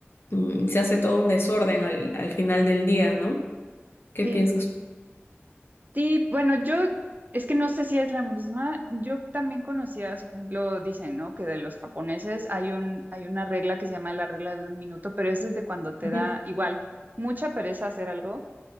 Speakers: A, on the left; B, on the right.
A: mm, se hace todo un desorden al, al final del día, ¿no? ¿Qué
B: sí,
A: piensas?
B: sí, bueno, yo es que no sé si es la misma. Yo también conocía, o sea, por ejemplo, dicen, ¿no? Que de los japoneses hay un, hay una regla que se llama la regla de un minuto, pero es desde cuando te
A: Ujú,
B: da igual mucha pereza hacer algo